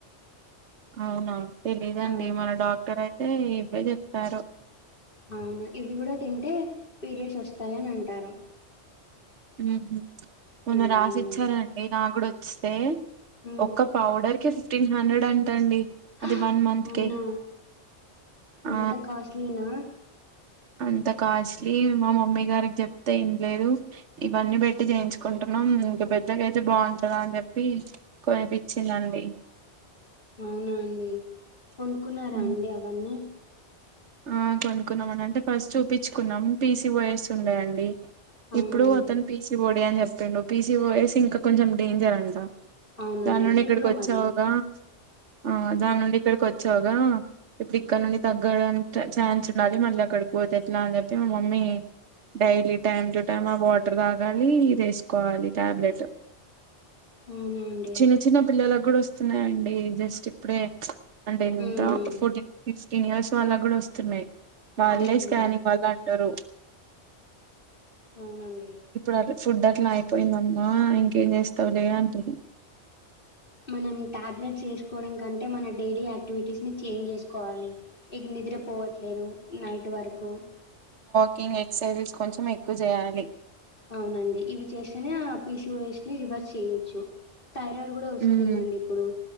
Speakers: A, on the right (about 75°); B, on the left (about 50°).
A: అవునా తెలీదండి
B: ఆ!
A: మన డాక్ ఎక్కడైతే ఇవే చెప్తారు
B: అవునా ఇవి కూడా తింటే పీరియడ్స్ వస్తాయ అని అంటారు
A: ఉ మన్న
B: హ్మ్.
A: రాసి
B: అవునండి.
A: ఇచ్చారంండి నా కూడా వ స్తే
B: హ్మ్.
A: ఒక పౌడర్ కి ఫిఫ్టీన్ హండ్రెడ్ అంట అండి
B: హా
A: అది వన్ మంత్
B: అవునా
A: కి ఆ
B: అంత కాస్ట్లీనా
A: అంత కాస్ట్లీ మా మమ్మీ గారికి చెప్తే ఏం లేదు ఇవన్నీ పెట్టి చేయించుకుంటున్నాం ఇంక పెద్దగాయితే బాగుంటందా అని చెప్పి కనిపించిందండి
B: అవునా అండి కొనుక్కున్నారా
A: మ్మ్
B: అండి అవన్నీ
A: ఆ కొనుకున్నాం అని అంటే ఫస్ట్ చూపించుకున్నాం పీసి యస్ ఉండయండి
B: అవునా
A: ఇప్పుడు
B: అండి.
A: అతను పీసి బొడి అని చెప్ప చెప్పండు పీసీ బోయస్ ఇంకా కొంచెం డేంజర్ అంటా
B: అవునండి.
A: దాని నుండి
B: సిండ్రోమ్
A: ఇక్కడికి వచ్చావగా
B: అది.
A: ఆ దాని నుండి ఇక్కడికి వ వచ్చాగా ఇప్పుడు ఇక్కడ నుండి తగ్గడం ఛాన్స్ ఉండాలి మళ్ళీ అక్కడికి పోతే ఎట్లా అని చెప్పి మా mummy daily time to time ఆ వాటర్ తాగాలి ఇది వేసుకోవాలి టాబ్లెట్
B: అవునా అండి.
A: చిన్న చిన్న పిల్లలు కూడా వస్తున్నా అండి జస్ట్ ఇప్పుడే అండ్ ఎంత
B: హ్మ్.
A: ఫోర్టీన్ ఫిక్స్టీన్ ఇయర్స్ అలగడా వస్త చమే వాళ్ళే
B: అవునండి.
A: స్కానింగ్ వాళ్ళు అంటారు
B: అవునండి
A: ఇప్పుడు అది ఫుడ్ అట్లా అయిపోయిందమ్మా ఇంకేం చేస్తావులే అంటరు
B: మనం టాబ్లెట్స్ వేసుకోవడం కంటే మన డైలీ యాక్టివిటీస్ ని చేంజ్ చేసుకోవాలి నిద్ర పోవట్లేరు నైట్ వరకు
A: కింగ్ ఎక్సర్సైజెస్ కొంచెం ఎక్కువ చేయాలి
B: అవునండి ఇవి చేస్తేనే ఆ పీసిఓఎస్ ని రివర్స్ చేయొచ్చు థైరాయిడ్ కూడా వస్తుందండి
A: ఉమ్,
B: ఇప్పుడు